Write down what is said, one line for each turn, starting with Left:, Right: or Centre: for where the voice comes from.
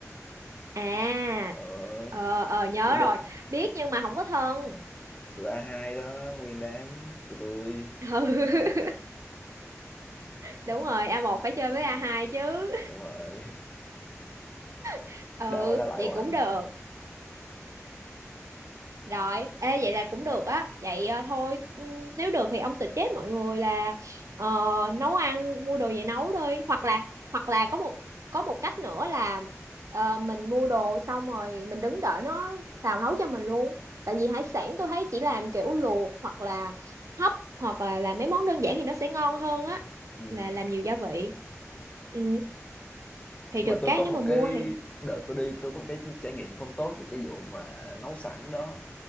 Right: à
Left: ờ
Right: ờ ờ nhớ
Left: tụi bên
Right: rồi biết nhưng mà không có thân
Left: tụi a hai đó nguyên đám tụi tôi
Right: <laughs> ừ đúng rồi a một phải chơi với a hai chứ
Left: đúng rồi
Right: <laughs>
Left: <laughs>
Right: ừ
Left: đã qua đã lại
Right: vậy
Left: hoài
Right: cũng
Left: mà
Right: được Rồi, ê, vậy là cũng được á. Vậy ờ, thôi, ừ, nếu được thì ông suggest mọi người là ờ, nấu ăn, mua đồ về nấu đi. Hoặc là hoặc là có một có một cách nữa là ờ, mình mua đồ xong rồi mình đứng đợi nó xào nấu cho mình luôn. Tại vì hải sản tôi thấy chỉ làm kiểu luộc hoặc là hấp hoặc là làm mấy món đơn giản thì nó sẽ ngon hơn á.
Left: ừ.
Right: Là làm nhiều gia vị. Ừ, thì
Left: nhưng
Right: được
Left: mà tôi
Right: cái
Left: có
Right: nếu
Left: một
Right: mà mua
Left: cái
Right: thì
Left: đợt tôi đi tôi có một cái trải nghiệm không tốt về cái vụ mà nấu sẵn đó